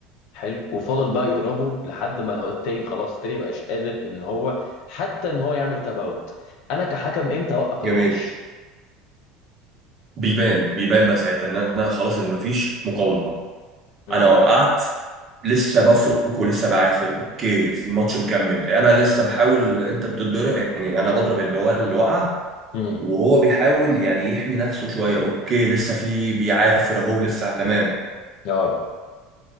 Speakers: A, on the left; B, on the right.
A: حلو وفضل بقى يضربه لحد ما هو التاني خلاص التاني مبقاش قادر ان هو حتى ان هو يعمل تفاوت انا كحكم امتى اوقف
B: جميل
A: الماتش
B: بيبان بيبان بقى ساعتها ان انا خلاص ان مفيش مقاومه
A: امم
B: انا وقعت لسه بفرك ولسه بعافر اوكي الماتش مكمل انا لسه بحاول انت بتتضرب يعني انا بضرب اللي هو اللي وقع
A: امم
B: وهو بيحاول يعني يحمي نفسه شويه اوكي لسه في بيعافر اهو لسه تمام
A: اه